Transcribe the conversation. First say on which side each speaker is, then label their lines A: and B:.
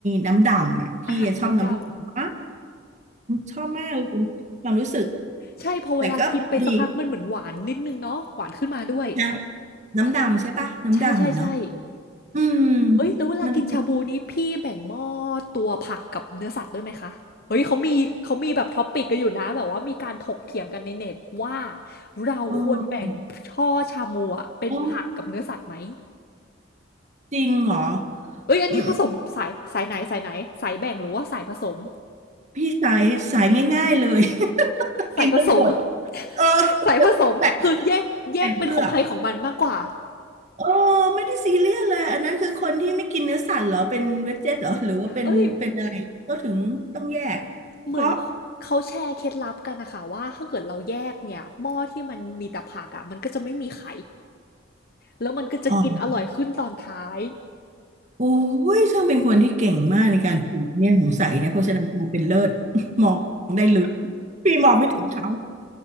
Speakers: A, on the right (about 35°); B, on the left (about 50°).
A: น้ำดำอ่ะพี่ชอบน้ำดำ
B: อาน้ำด
A: ค่ะชอบมากเลยความรู้สึก
B: ำใช่พอเวลากินไปสักพักมันเหมือนหวานนิดหนึ่งเนาะหวานขึ้นมาด้วย
A: แต่ก็ดีนะน้ำดำใช่ปะน้ำดำเหมือนเนาะ
B: ใช่ใช่ใช่
A: อืม
B: เอ้ยแล้วเวลากินชาบูนี้พี่แบ่งหม้อ
A: มัน
B: ตัวผักกับเนื้อสัตว์ด้วยไหมคะเฮ้ยเขามีเขามีแบบท็อปปิกกันอยู่นะแบบว่ามีการถกเถียงกันในเน็ตว่าเราควรแบ่งช่อชามูอะเป็นผักกับเนื้อสัตว์ไหม
A: เออโอ้จริงเหรอ
B: เอ้ยอันนี้ผสมสายสายไหนสายไหนสายแบ่งหรือว่าสายผสม
A: อืมพี่สายสายง่ายๆเลย <laughs>
B: สายผสม
A: กินได้หมดเออ
B: <laughs> สายผสมคือแยกแยกเป็นของใครของมันมากกว่า
A: แบ่งแบ่งเพื่อกเออไม่ได้ซีเรียสเลยอันนั้นคือคนที่ไม่กินเนื้อสัตว์เหรอเป็นเวจเจตเหรอหรือว่าเป็นเป็นอะไรก็ถึงต้องแยกเพราะ
B: <laughs> เอ้ยเหมือนเขาแชร์เคล็ดลับกันนะคะว่าถ้าเกิดเราแยกเนี่ยหม้อที่มันมีแต่ผักอ่ะมันก็จะไม่มีไข แล้วมันก็จะกินอร่อยขึ้นตอนท้าย
A: อ๋อ โอ้ย ช่างเป็นคนที่เก่งมากในการถือเนี่ยสงสัยเนี่ยโภชนาการเป็นเลิศ <laughs> มองได้ลึกพี่มองไม่ถึงเขา